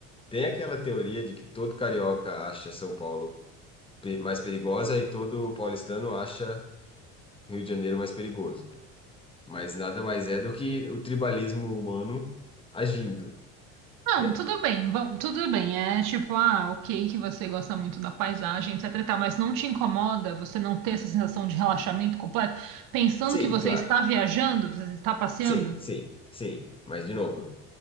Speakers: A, on the left; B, on the right.
A: Tem aquela teoria de que todo carioca acha São Paulo pe- mais perigosa e todo paulistano acha Rio de Janeiro mais perigoso. Mas nada mais é do que o tribalismo humano agindo.
B: Não,
A: E é...
B: tudo bem, vamos, tudo bem. É tipo, ah, ok, que você gosta muito da paisagem, etc e tal, mas não te incomoda você não ter essa sensação de relaxamento completo, pensando
A: Sim,
B: que você
A: claro.
B: está viajando, você está passeando?
A: Sim, sim, sim. Mas, de novo,